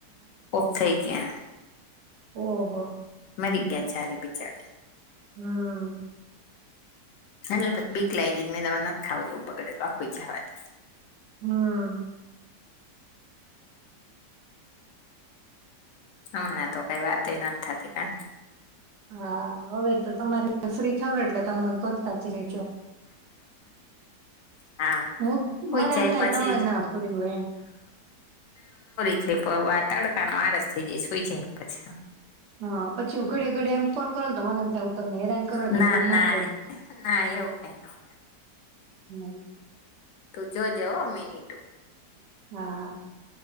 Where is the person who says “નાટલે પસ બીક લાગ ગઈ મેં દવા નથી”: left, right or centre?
Left